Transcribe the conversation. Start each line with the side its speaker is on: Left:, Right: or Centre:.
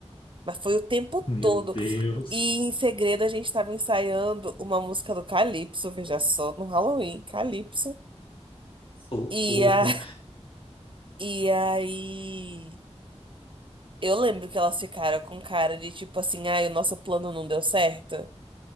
Right: Mas foi o tempo
Left: Meu
Right: todo.
Left: Deus.
Right: E em segredo a gente tava ensaiando uma música do Calypso, veja só, no Halloween, Calypso.
Left: Socorro.
Right: E, a... <laughs> e aí. Eu lembro que elas ficaram com cara de tipo assim, ai, o nosso plano não deu certo.